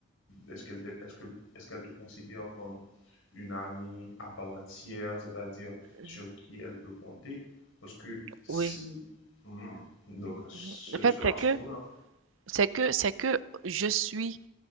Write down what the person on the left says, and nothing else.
est-ce qu'elle te, est-ce que est-ce qu'elle te considère comme une amie à part entière, c'est-à-dire sur
qui elle peut compter? Parce que si
Hmm. Donc, ce-
cela
se
comprend.